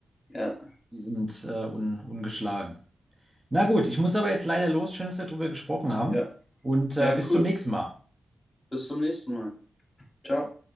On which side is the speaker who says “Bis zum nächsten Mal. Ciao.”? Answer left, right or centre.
Left